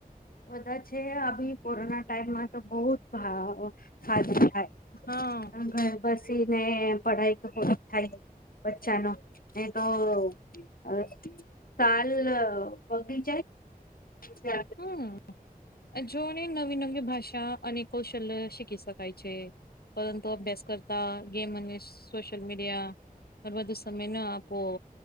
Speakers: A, on the left (about 70°); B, on the left (about 85°).
A: બધા છે આવી કોરોના ટાઈમમાં તો બહ ખધું થાય
B: હા
A: ઘર બસી ને પઢાઈ તો થાય બચ્ચા નો ન તો અ સાાલ બગી છે
B: હમ જોને નવી નવી ભાષા અને કૌશલ્ય શી શ છે પરંતુ અભ્યાસ કરતા ગેમ સોશિયલ મીડિયા બધો સમય ના આપો